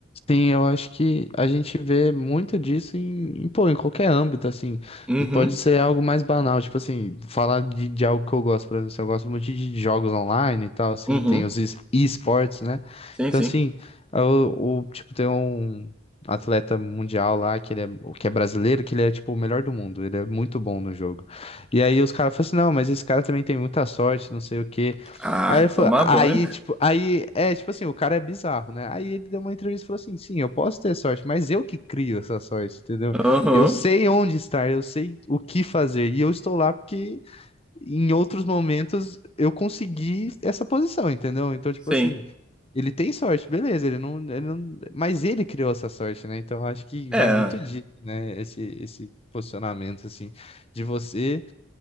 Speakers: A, on the left; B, in the centre.
A: Sim, eu acho que a gente vê muito disso em, em, pô, em qualquer âmbito, assim.
B: Uhum,
A: Pode ser algo mais banal, tipo assim, falar de, de algo que eu gosto, por exemplo, eu gosto muito de jogos online e tal, assim,
B: uhum.
A: tem os es- e-sports, né?
B: Sim,
A: Então,
B: sim.
A: assim, o, o- tipo, tem um atleta mundial lá, que ele é, o que é brasileiro, que ele é, tipo, o melhor do mundo, ele é muito bom no jogo. E aí os caras falam assim, não, mas esse cara também tem muita sorte, não sei o quê.
B: Ah,
A: Aí ele falou,
B: tomar
A: aí,
B: banho.
A: tipo, aí, é, tipo assim, o cara é bizarro, né? Aí ele deu uma entrevista e falou assim: sim, eu posso ter sorte, mas eu que crio essa sorte, entendeu?
B: Aham,
A: Eu sei onde estar, eu sei o que fazer, e eu estou lá porque em outros momentos eu consegui essa posição, entendeu? Então, tipo
B: sim.
A: assim, ele tem sorte, beleza, ele não, ele não, mas ele criou essa sorte, né? Então, eu acho que
B: É,
A: vai muito É. disso, né? Esse, esse posicionamento, assim, de você